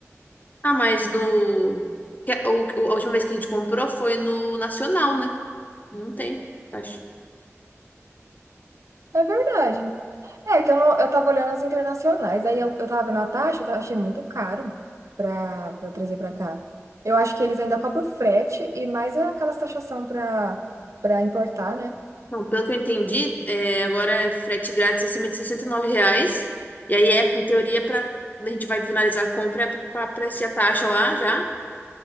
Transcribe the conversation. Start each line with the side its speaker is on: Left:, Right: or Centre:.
Left: Ah, mas no. que- O, o- a última vez que a gente comprou foi no Nacional, né? Não tem, taxa.
Right: É verdade. É que eu, não, eu tava olhando as internacionais, aí eu, eu tava vendo a taxa, eu ta- achei muito caro pra, pra trazer pra cá. Eu acho que eles ainda cobram frete e mais aquelas taxação pra, pra importar, né?
Left: Não, pelo que eu entendi, é, agora é frete grátis acima de 69 reais. E aí é, em teoria, para quando a gente vai finalizar a compra, é para aparecer a taxa lá já.